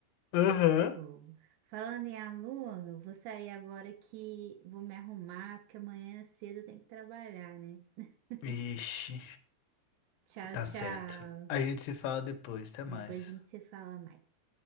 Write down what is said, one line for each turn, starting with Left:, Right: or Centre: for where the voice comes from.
Left: Aham.
Right: É fogo. Falando em aluno, vou sair agora que vou me arrumar, porque amanhã cedo tem que trabalhar, né? <laughs>
Left: Ixi,
Right: Tchau,
Left: tá
Right: tchau.
Left: certo. A gente se fala depois, até mais.
Right: Depois a gente se fala mais.